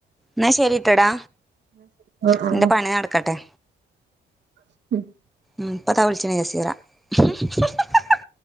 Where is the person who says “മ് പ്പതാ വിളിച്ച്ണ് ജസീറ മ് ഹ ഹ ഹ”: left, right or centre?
Centre